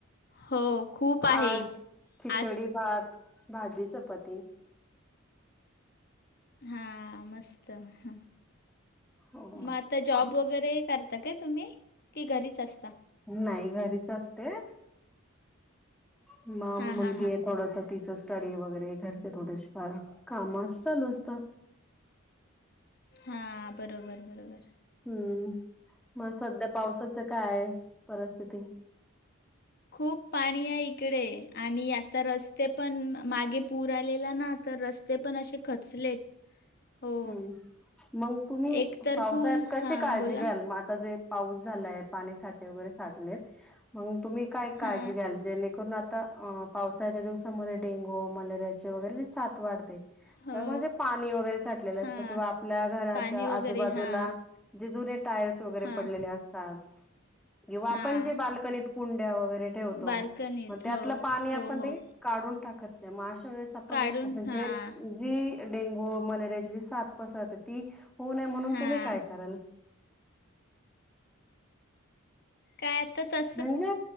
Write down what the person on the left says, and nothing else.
हो खूप आहे
आज
हा मस्त मग
आता जॉब
वगैरे करता काय तुम्ही की घरीच असता.
हां
हां हां
हा बरोबर बरोबर
खूप पाणी आहे इकडे आणि आता रस्ते पण मागे पूर आलेला ना तर रस्ते पण असे खचलेत. हो
एक तर
पूल
हां
बोला
हां
हो
हां
पाणी वगैरे
हां
हां
हां
बाल्कनीत
हो
हो हो
काढून हां
हां
काय आता त